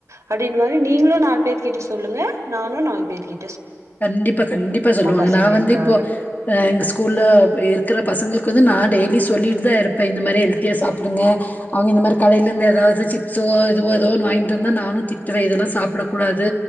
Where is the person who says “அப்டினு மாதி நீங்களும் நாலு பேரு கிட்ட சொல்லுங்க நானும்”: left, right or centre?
Right